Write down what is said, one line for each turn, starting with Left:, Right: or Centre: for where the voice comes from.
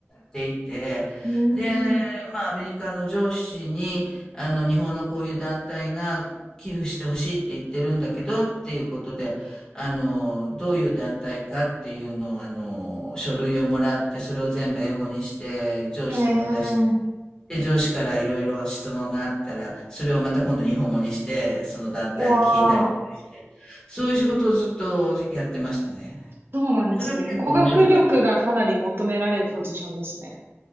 Left: ていて、
Right: うーん。
Left: で、まあ、アメリカの上司に、あの、日本のこういう団体が寄付してほしいって言ってるんだけど、っていうことで、あの、どういう団体かっていうのを、あの、書類をもらって、それを全部英語にして、上司に渡して、
Right: ええ
Left: で、上司からいろいろ質問があったら、それをまた今度日本語にして、その団体に聞いたりとかして、
Right: うわあ、
Left: そういう仕事をずっとやってましたね。
Right: そうなんですね。
Left: それは結構面白かった。
Right: 語学力がかなり求められるポジションですね。